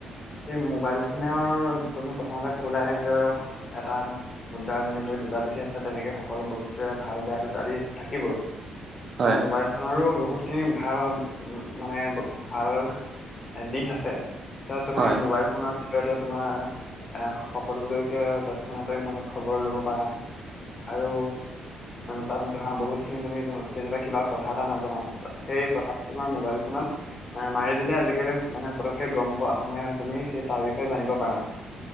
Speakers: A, on the left; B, on the right.
A: সেই মোবাইল ফোনৰ তুমি প্ৰথমতে কোলাই যে এটা মুদ্ৰাৰ যেনেকৈ দুটা পিঠি আছে, তেনেকে সকলো বস্তু ভাল বেয়া দুটা দিশ থাকিবই এতিয়া
B: হয়
A: মোবাইল ফোনৰো ব <unintelligible> বহুতখিনি ভাল মানে ভাল দিশ আছে। এ তুমি
B: হয় হয়
A: মোবাইল ফোনৰ জৰীয়তে তোমাৰ এ সকলোলৈকে তৎক্ষণতে মানে খবৰ লব পাৰা আৰু তাত ধৰা বহুতখিনি তুমি যেনিবা কিবা কথা এটা নাজানা, সেই কথাটো তোমাৰ মোবাইল ফোনত মাৰি দিলে আজিকালি মানে পতককে গম পোৱা মানে তুমি সেই তাৰ বিষয়ে জানিব পাৰা <unintelligible>